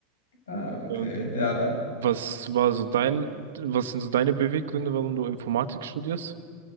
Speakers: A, on the left; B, on the right.
A: Ah, okay,
B: Ähm,
A: ja.
B: was war so dein, was sind so deine Beweggründe, warum du Informatik studierst?